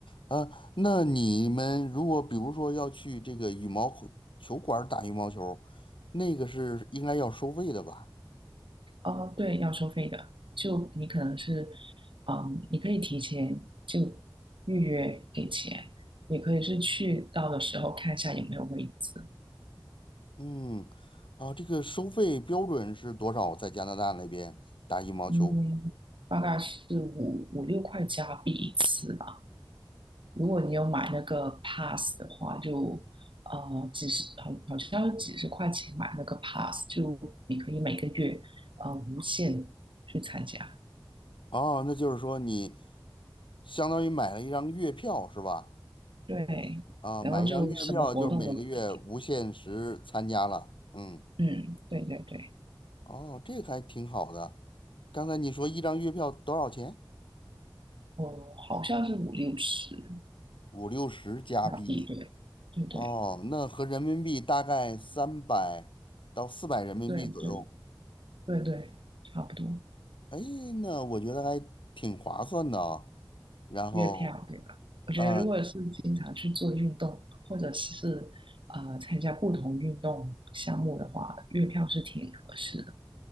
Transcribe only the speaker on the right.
哦，对，要收费的。就你可能是，嗯，你可以提前就预约给钱，也可以是去到的时候看一下有没有位置。
嗯，大概是五五六块加币一次吧。如果你有买那个 pass 的话，就呃几十，好好像是几十块钱买那个 pass，就你可以每个月呃无限去参加。
对，
然后就什么活动都可以。
嗯，对对对。
哦，好像是五六十
加币，对，对对
对对对对，差不多
月票对吧？我觉得如果是经常去做运动，
或者是呃参加不同运动项目的话，月票是挺合适的。